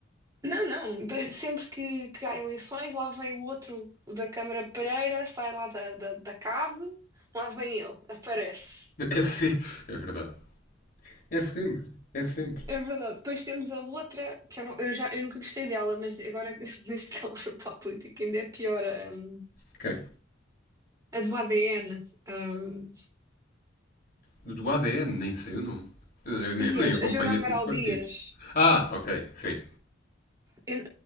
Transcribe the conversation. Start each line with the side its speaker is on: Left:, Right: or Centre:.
Right: não, não, depois sempre que, que há eleições, lá vem o outro, o da Câmara Pereira, sai lá da, da, da cave, lá vem ele, aparece.
Left: <laughs> É sempre, é verdade. É sempre, é sempre.
Right: É verdade. Depois temos a outra, que eu, não- eu já, eu nunca gostei dela, mas agora, <laughs> desde que ela foi para a política, ainda é pior. hum,
Left: Ok.
Right: A do ADN. hum,
Left: Do do ADN nem sei o nome. Eu nem,
Right: e
Left: nem
Right: a,
Left: acompanho
Right: Jo- a Joana Amaral
Left: esse tipo de partido.
Right: Dias.
Left: Ah, ok, sim.
Right: Eu-